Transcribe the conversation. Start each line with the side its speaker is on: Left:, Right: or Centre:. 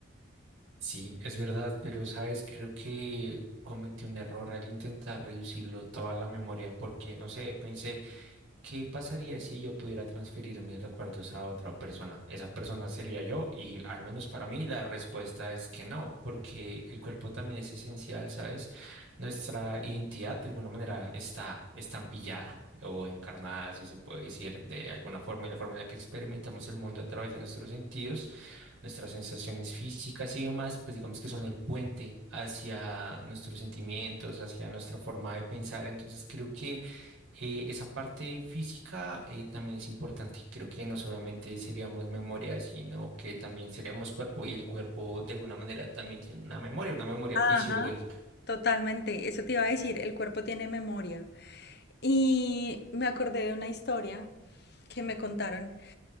Right: Sí, es verdad, pero sabes, creo que cometí un error al intentar reducirlo toda la memoria, porque no sé, pensé ¿Qué pasaría si yo pudiera transferir mis recuerdos a otra persona? Esa persona sería yo y al menos para mí la respuesta es que no, porque el cuerpo también es esencial, ¿sabes? Nuestra identidad de alguna manera está estampillada o encarnada, si se puede decir, de alguna forma y la forma en la que experimentamos el mundo a través de nuestros sentidos, nuestras sensaciones físicas y demás, pues digamos que son el puente hacia nuestros sentimientos, hacia nuestra forma de pensar. Entonces creo que eh, esa parte física eh, también es importante. Creo que no solamente seríamos memoria, sino que también seríamos cuerpo y el cuerpo de alguna manera también tiene una memoria, una memoria
Left: Ajá.
Right: fisiológica.
Left: Totalmente, eso te iba a decir, el cuerpo tiene memoria. Y me acordé de una historia que me contaron